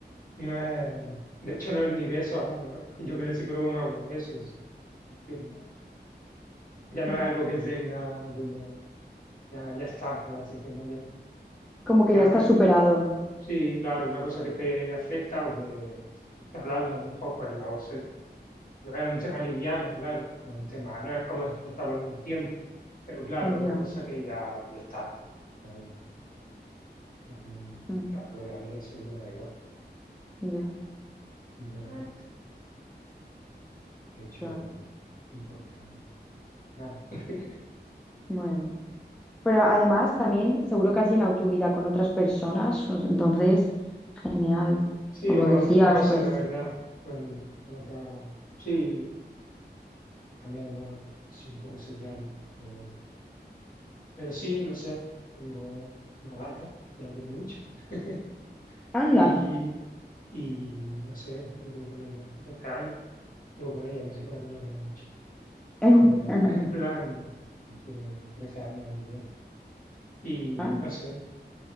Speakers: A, on the left; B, in the centre.
A: no es, de hecho no es ni de eso hablamos. ¿eh? Yo con el psicólogo no hablo de eso, es decir, no es- ya no
B: Mm.
A: es algo que tenga como, ya, ya está, ¿sabes? ese tema ya.
B: Como que
A: Claro
B: ya estás
A: que
B: superado.
A: sí, claro, una cosa que te afecta o que hablarla a lo mejor, pues la voz, No es un tema liviano, claro, no es un tema, no es como el que está hablando del tiempo, pero claro,
B: Ya,
A: es una cosa que ya, ya está. No, no, no,
B: mm,
A: claro que a mí ese hombre me da igual,
B: ya,
A: completamente. De hecho,
B: claro.
A: no importa nada. <laughs>
B: Bueno. Pero además también seguro que has llenado tu vida con otras personas, pues, entonces, genial.
A: Sí,
B: Como
A: o con
B: decías,
A: otras cosas,
B: pues,
A: la verdad, con, con otras, sí, también, bueno, soy un poco solitario, pero, pero sí, no sé, tengo una gata que la quiero mucho <laughs>
B: anda.
A: y, y no sé, llevo con ella 12 años, llevo con ella como si fuera mi novia, de hecho.
B: <laughs>
A: No, pues, en plan, él tiene 13 años el año que viene. Y
B: Ah,
A: no sé,